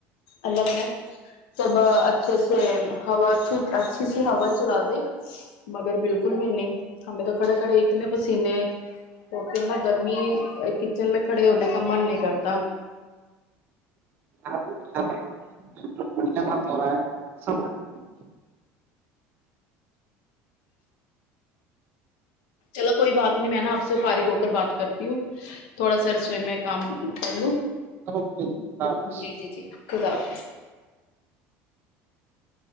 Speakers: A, on the left (about 75°); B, on the right (about 40°).
A: اللہ کرا سب اچھے سے ہوا اچھی سی ہوا چلا دے مگر بالکل بھی نہیں ہمیں تو کھڑے کھڑے اتنے پسینے تو نے گرمی کچن میں کھڑے ہونے کا من نہیں کرتا
B: رہ ہے <inaudible>
A: چلو کوئی بات نہیں میں نا آپ سے فارغ ہو کر بات کرتی ہوں تھوڑا سا رسوئی میں کام کر لوں
B: اوکے جی اللہ حافظ
A: جی جی جی خدا حافظ <inaudible>